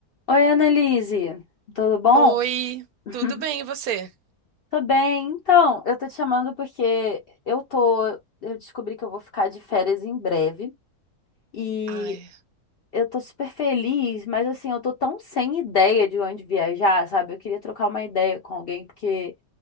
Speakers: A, on the left; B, on the right.
A: Oi, Annelise, tudo bom?
B: Oi,
A: <laughs>
B: tudo bem e você?
A: Tô bem. Então, eu tô te chamando porque eu tô, eu descobri que eu vou ficar de férias em breve e
B: Ai,
A: eu tô super feliz, mas assim, eu tô tão sem ideia de onde viajar, sabe? Eu queria trocar uma ideia com alguém porque